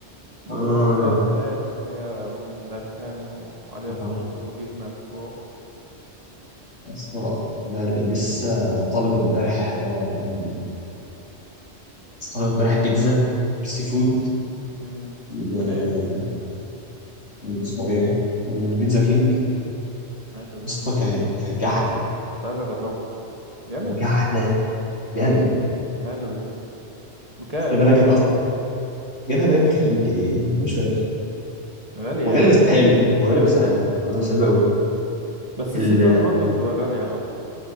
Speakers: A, on the right; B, on the left.
A: مكرونة
B: آه.
A: فيها فراخ وفيها رومي مدخن وعليها صوص
B: آه.
A: وجبنة من فوق
B: يا اسطى انا ل- لسه طالب امبارح آه، من لسه طالب امبارح بيتزا سي فود
A: مم.
B: من
A: منين
B: من اسمه ايه من بيتزا كينج يا
A: حلو ده
B: اسطى
A: حلو كنت
B: كانت كانت جحده
A: عايز اجربه جامد
B: جحده جامد
A: حلو ده بكام
B: خلي بالك انا اصلا جايبها باين ب 300 جنيه أنا مش فاكر
A: غالي يا
B: هو غالي
A: عم
B: بس حلو هو غالي بس حلو هو غالي
A: مم.
B: بس حلو قوي
A: بس السي
B: ال...
A: فود برضه بتبقى غالية على طول